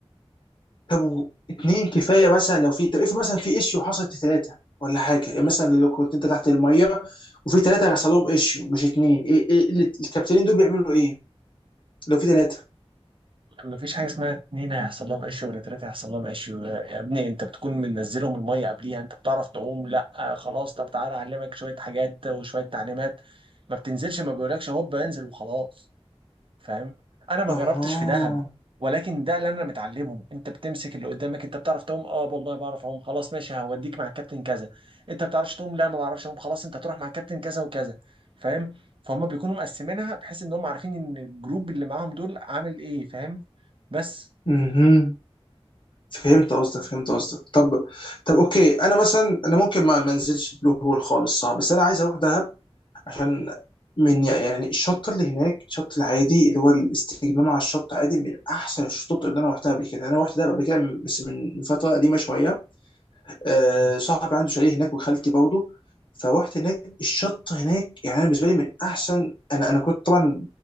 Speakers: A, on the left (about 50°); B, on the right (about 55°).
A: طب و- اتنين كفايه مثلا لو في طب افرض مثلا في ايشيو حصلت ثلاثه ولا حاجه يعني مثلا لو كنت انت تحت الميه وفي ثلاثه حصل لهم ايشيو مش اتنين ايه ايه اللي- الكابتنين دول بيعملوا ايه لو في ثلاثه
B: مفيش حاجة اسمها اتنين هيحصل لهم قش ولا تلاتة هيحصل لهم قش يا ابني انت بتكون منزلهم المية قبليها انت بتعرف تعوم لا آه خلاص طب تعالى اعلمك شوية حاجات وشوية تعليمات ما بتنزلش ما بيقولكش هوب انزل وخلاص فاهم انا ما
A: اها
B: جربتش في دهب ولكن ده اللي انا متعلمه انت بتمسك اللي قدامك انت بتعرف تعوم اه والله بعرف اعوم خلاص ماشي هوديك مع الكابتن كذا انت ما بتعرفش تعوم لا ما بعرفش اعوم خلاص انت هتروح مع الكابتن كذا وكذا فاهم فهم بيكونوا مقسمينها بحيث ان هم عارفين ان الجروب اللي معاهم دول عامل ايه فاهم بس
A: مهم. فهمت قصدك
B: ف-
A: فهمت قصدك طب طب اوكي انا مثلا انا ممكن ما ما انزلش بلو هول خالص صعب بس انا عايز اروح دهب عشان من يعني الشط اللي هناك الشط العادي اللي هو الاستجمام على الشط عادي من احسن الشطوط اللي انا رحتها قبل كده انا رحت دهب قبل كده بس من من فتره قديمه شويه آه،
B: مم.
A: صاحبي عنده شاليه هناك وخالتي برضه فروحت هناك الشط هناك يعني أنا بالنسبه لي من احسن انا انا كنت طبعا